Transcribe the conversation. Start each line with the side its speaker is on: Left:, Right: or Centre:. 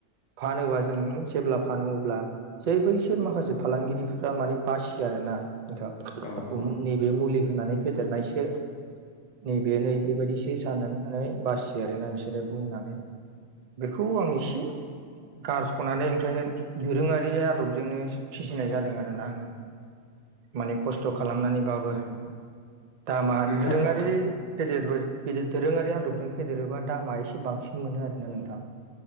Right: फानोबा जों जेब्ला फानो अब्ला जे बैसोर माखासे फालांगिरिफ्रा माने बासियो आरोना नोंथां
Left: औ औ
Right: नैबे मुलिखौ होनानै फेदेरनायसो नैबे नै बेबायदिसो साननानै बासियो आरोना बिसोरो बुंनानै बेखौ आं एसे गारस'नानै ओंखायनो दोरोङारि आदबजोंनो फिसिनाय जादों आरोना आङो माने खस खालामनानैबाबो
Left: औ
Right: दामा
Left: नोंथां
Right: दोरोङारि फेदेरबो बिदि दोरोङारि आदबजों फेदेरोबा दामा एसे बांसिन मोनो आरोना नोथां